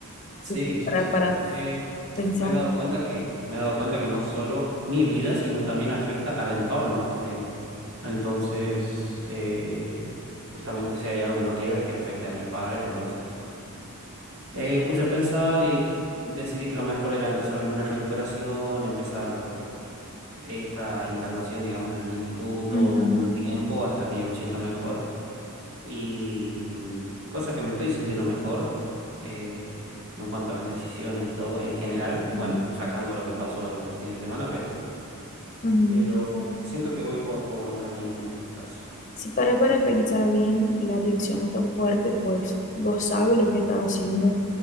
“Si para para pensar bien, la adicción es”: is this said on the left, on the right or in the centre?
Left